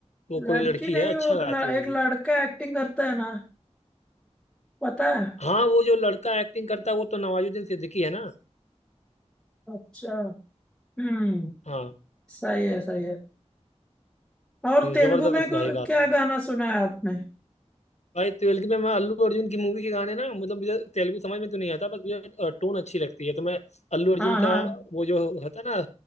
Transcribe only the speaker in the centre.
लड़की
नहीं
वो एक
ल-
एक
लड़का एक्टिंग करता है ना पता है
अच्छा हम्म
सही है सही है और तेलुगु
में को,
क्या
गाना सुना है आपने
हाँ हाँ